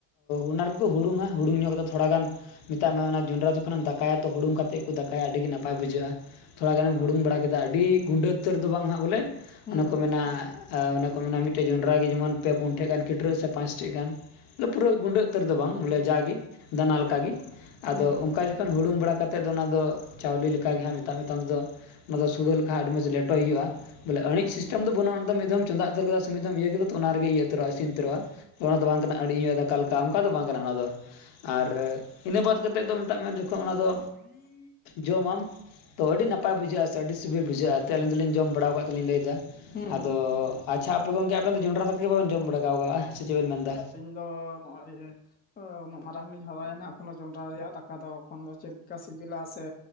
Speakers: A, on the left; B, on the left.
A: ᱚᱱᱟ ᱨᱤᱜᱤ ᱠᱚ ᱦᱩᱲᱩᱝᱟ ᱦᱩᱲᱩᱝ ᱧᱚᱜ ᱠᱟᱛᱮᱫ ᱛᱷᱚᱲᱟ ᱜᱟᱱ ᱢᱮᱛᱟᱜ ᱢᱮ ᱚᱱᱟ ᱡᱚᱸᱰᱨᱟ ᱡᱚᱠᱷᱚᱱᱮᱢ ᱫᱟᱠᱟᱭᱟ ᱛᱚ ᱦᱩᱲᱩᱝ ᱠᱟᱛᱮᱫ ᱠᱩ ᱫᱟᱠᱟᱭᱟ ᱟᱹᱰᱤ ᱜᱮ ᱱᱟᱯᱟᱭ ᱵᱩᱡᱷᱟᱹᱜᱼᱟ ᱛᱷᱚᱲᱟ ᱜᱟᱱᱮᱢ ᱦᱩᱲᱩᱝ ᱵᱟᱲᱟ ᱠᱮᱫᱟ ᱟᱹᱰᱤ ᱜᱩᱸᱰᱟᱹ ᱩᱛᱟᱹᱨ ᱫᱚ ᱵᱟᱝ ᱦᱟᱸᱜ ᱵᱚᱞᱮ
B: ᱦᱩᱸ
A: ᱚᱱᱮ ᱠᱚ
B: ᱦᱩᱸ
A: ᱢᱮᱱᱟ ᱟ ᱚᱱᱮ ᱠᱚ ᱢᱮᱱᱟ ᱢᱤᱴᱮᱡ ᱡᱚᱸᱰᱨᱟ ᱜᱤ ᱡᱮᱢᱚᱱ ᱯᱮ ᱯᱩᱱ ᱴᱷᱮ ᱜᱟᱱ ᱠᱤᱴᱨᱟᱹᱜ ᱥᱮ ᱯᱟᱸᱪ ᱴᱷᱮᱡ ᱜᱟᱱ ᱯᱩᱨᱟᱹ ᱜᱩᱸᱰᱟᱹ ᱩᱛᱟᱹᱨ ᱫᱚ ᱵᱟᱝ ᱵᱚᱞᱮ ᱡᱟ ᱜᱤ ᱫᱟᱱᱟ ᱞᱮᱠᱟᱜᱤ ᱟᱫᱚ
B: ᱦᱩᱸ ᱦᱩᱸ
A: ᱚᱝᱠᱟ ᱡᱚᱠᱷᱚᱱ ᱦᱩᱲᱩᱝ ᱵᱟᱲᱟ ᱠᱟᱛᱮᱫ ᱫᱚ ᱚᱱᱟ ᱫᱚ ᱪᱟᱣᱞᱤ ᱞᱮᱠᱟᱜᱮ ᱦᱟᱸᱜ ᱢᱮᱛᱟᱜ ᱢᱮ ᱛᱚ ᱚᱱᱟ ᱫᱚ ᱥᱩᱲᱟᱹ ᱞᱮᱠᱷᱟ ᱦᱟᱸᱜ ᱟᱹᱰᱤ ᱢᱚᱡᱽ ᱞᱮᱴᱚᱭ ᱦᱩᱭᱩᱜ ᱟ ᱵᱚᱞᱮ ᱟᱹᱬᱤᱡ
B: ᱦᱩᱸ
A: ᱥᱤᱥᱴᱮᱢ ᱫᱚ ᱵᱟᱹᱱᱩᱜ ᱚᱱᱟ ᱫᱚ ᱢᱤᱫᱷᱟᱣᱮᱢ ᱪᱚᱸᱫᱟ ᱩᱛᱟᱹᱨ ᱠᱮᱫᱟ ᱥᱮ ᱢᱤᱫᱷᱟᱢ ᱤᱭᱟᱹ ᱠᱮᱫᱟ ᱛᱚ ᱚᱱᱟ ᱨᱮ ᱜᱮ ᱤᱭᱟᱹ ᱩᱛᱟᱹᱨᱚᱜᱼᱟ ᱤᱥᱤᱱ ᱩᱛᱟᱹᱨᱚᱜᱼᱟ ᱚᱱᱟ ᱫᱚ ᱵᱟᱝ ᱠᱟᱱᱟ ᱟᱹᱲᱤᱡ ᱦᱩᱭᱩᱜᱼᱟ ᱫᱟᱠᱟ ᱞᱮᱠᱟ ᱚᱱᱠᱟ ᱫᱚ ᱵᱟᱝ ᱠᱟᱱᱟ ᱚᱱᱟ ᱫᱚ ᱟᱨ ᱤᱱᱟᱹ ᱵᱟᱫᱽ ᱠᱟᱛᱮᱫ ᱫᱚ ᱢᱮᱛᱟᱜ ᱢᱮ ᱡᱚᱠᱷᱚ ᱚᱱᱟᱫᱚ
B: <inaudible>
A: ᱡᱚᱢᱟᱢ ᱛᱚ ᱟᱹᱰᱤ ᱱᱟᱯᱟᱭ ᱵᱩᱡᱷᱟᱹᱜᱼᱟ ᱥᱮ ᱟᱹᱰᱤ ᱥᱤᱵᱤᱞ ᱵᱩᱡᱷᱟᱹᱜᱼᱟ ᱛᱮ ᱟᱹᱞᱤᱧ ᱫᱚᱞᱤᱧ ᱡᱚᱢ ᱵᱟᱲᱟᱣ ᱟᱠᱟᱫ ᱛᱮᱞᱤᱧ ᱞᱟᱹᱭᱫᱟ
B: ᱦᱩᱸ ᱦᱩᱸ
A: ᱟᱫᱚ ᱟᱪᱷᱟ ᱟᱯᱮ ᱜᱚᱢᱠᱮ ᱟᱵᱮᱱ ᱫᱚ ᱡᱚᱸᱰᱨᱟ ᱫᱟᱠᱟ ᱜᱮ ᱵᱟᱵᱮᱱ ᱡᱚᱢ ᱵᱟᱲᱟ ᱟᱠᱟᱜᱼᱟ ᱥᱮ ᱪᱮᱫ ᱵᱮᱱ ᱢᱮᱱᱫᱟ᱾
B: ᱛᱚ ᱱᱚᱜᱼᱚᱭ ᱡᱮ ᱩᱱᱟᱹᱜ ᱢᱟᱨᱟᱝ ᱞᱤᱧ ᱦᱚᱨᱟᱭᱮᱱᱟ ᱚᱱᱟ ᱡᱚᱱᱰᱨᱟ ᱨᱮᱭᱟᱜ ᱫᱟᱠᱟ ᱫᱚ ᱮᱠᱷᱚᱱ ᱫᱚ ᱪᱮᱫ ᱞᱮᱠᱟ ᱥᱤᱵᱤᱞᱟ ᱥᱮ